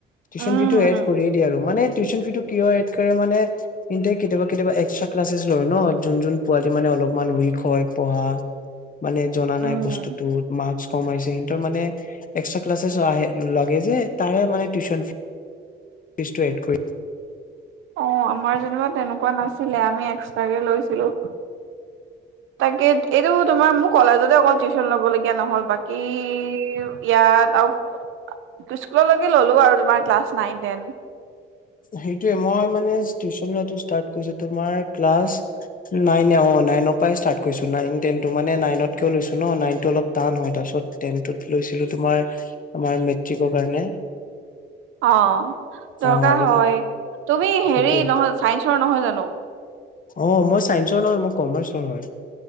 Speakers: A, on the left; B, on the right.
A: টিউচন
B: উম
A: ফি টো এড কৰিয়ে দিয় আৰু মানে টিউশচন ফি টো কিয় এড কৰে মানে কিন্তু কেতিয়াবা কেতিয়াবা এক্সট্ৰা ক্লাচছ লয় ন যোন যোন পোৱালি মানে অলপমান উইক হয় পঢ়া। মানে জনা
B: উম
A: নাই বস্তুটো তোমাক। কম আহিছে মানে এক্সট্ৰা ক্লাছেছ আহে লাগে যে তাৰে মানে টিউশন। ফিছটো এড কৰি।
B: অ আমাৰ যেনিবা তেনেকুৱা নাছিলে আমি এক্সট্ৰাকে লৈছিলো। তাকে এইটো তোমাৰ মোক কলেজতে অকল। টিউচন ল'বলগীয়া নহ'ল বাকী ইয়াত আৰু। স্কুললৈকে ল'লোঁ আৰু তোমাৰ ক্লাছ নাইন টেন।
A: সেইটোয়ে মই মানে টিউচন লোৱাটো ষ্টাৰ্ট কৰিছো তোমাৰ ক্লাছ। নাইন অ নাইন অ নাইন অৰ পৰা ইচতাদ কৰিছো নাইন টেনটো মানে নাইনত ক লৈছো। ন নাইনতো অলপ টান হয় তাৰপিছত টেনত লৈছিলো তোমাৰ। আমাৰ মেট্ৰিকৰ কাৰণে।
B: অ দৰকাৰ
A: অ অলপ
B: হয় তুমি হেৰি
A: সেইটোয়ে
B: নহয় চাইন্সৰ নহয় জানো?
A: অ মই চাইন্সৰ নহয় মই কমাৰ্চৰ হয়।